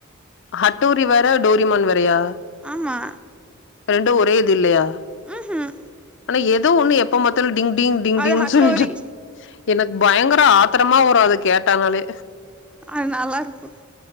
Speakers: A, on the left; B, in the centre.
A: ஹட்டோரி வேற டோரிமான் வேறையா
B: ஆமா
A: ரெண்டும் ஒரே இது இல்லையா
B: ம்ஹும்
A: ஆனா ஏதோ ஒண்ணு எப்ப பாத்தாலும் டிங்டிங் டிங்டிங்னு
B: அது ஹட்டோரி
A: சொல்லிட்டே இரு எனக்கு பயங்கர ஆத்த ஆத்திரமா வரும் அதை கேட்டானாலே
B: அது நல்லாருக்கும்